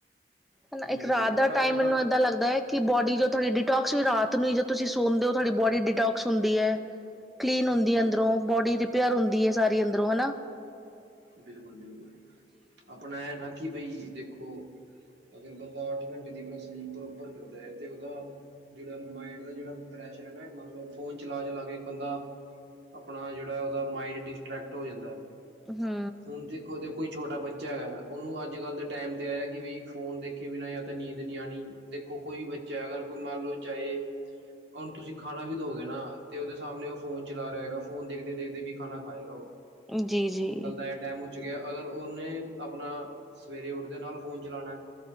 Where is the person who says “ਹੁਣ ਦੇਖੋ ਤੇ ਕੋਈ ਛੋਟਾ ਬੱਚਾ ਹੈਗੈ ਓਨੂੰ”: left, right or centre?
Right